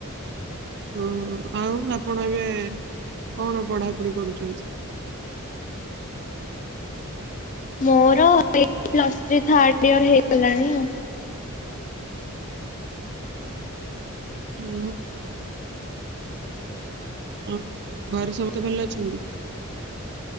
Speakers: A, on the right; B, on the left.
A: ଓହୋ। ଆଉ ଆପଣ ଏବେ କଣ ପଢାପଢି କରୁଚନ୍ତି?
B: ମୋର ଏଇ ପ୍ଲସ୍ ଥ୍ରୀ ଥାର୍ଡିଅର ହେଇଗଲାଣି ଆଉ।
A: ମୋ ଆଉ ଘରେ ସମସ୍ତେ ଭଲ ଅଛନ୍ତି?